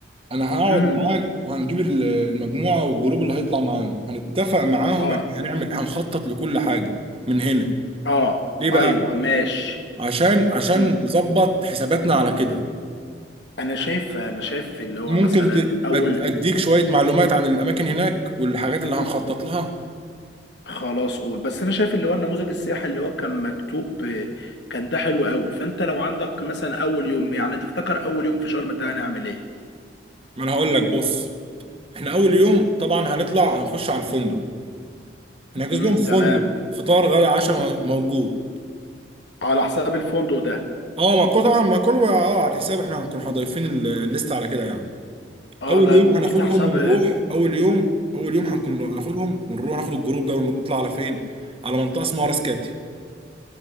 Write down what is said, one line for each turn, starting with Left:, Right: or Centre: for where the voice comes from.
Right: انا هقعد
Left: امم
Right: معاك وهنجيب ال- المجموعه والجروب اللي هيطلع معانا هنتفق معاهم
Left: اه
Right: احنا هنعمل هنخطط لكل حاجه من هنا
Left: اه
Right: ليه بقى
Left: ايوه ماشي
Right: عشان عشان
Left: امم
Right: نظبط حساباتنا على كده
Left: انا شايف انا شايف اللي هو
Right: ممكن
Left: مثلا
Right: ت-
Left: اول
Right: أد- اديك شويه معلومات عن الاماكن هناك والحاجات اللي هنخطط لها
Left: خلاص قول بس انا شايف اللي هو النموذج السياحي اللي هو كان مكتوب آه، كان ده حلو قوي فانت لو عندك مثلا اول يوم يعني تفتكر اول يوم في شرم ده هنعمل ايه
Right: ما انا هقول لك بص احنا اول يوم طبعا هنطلع هنخش على الفندق هنحجز
Left: امم
Right: لهم فندق
Left: تمام
Right: فطار غدا عشاء موجود
Left: على حساب الفندق ده
Right: اه ما كله طبعا ما كله بقى اه على الحساب احنا هنكون هضيفين ال- الليست على كده يعني
Left: اه
Right: اول
Left: ده
Right: يوم
Left: هيكون
Right: هناخدهم
Left: كده حساب
Right: ايوه ونروح اول يوم اول يوم هنكون هناخدهم ونروح ناخد الجروب ده ونطلع على فين على منطقه اسمها راس كاتي